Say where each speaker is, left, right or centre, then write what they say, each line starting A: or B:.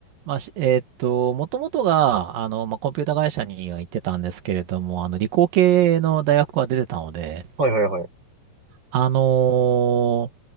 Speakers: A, on the right; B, on the right.
A: まあ、しえっと、もともとが、あの、まあ、コンピュータ会社には行ってたんですけれども、あの、理工系の大学は出てたので、
B: はいはいはい。
A: あの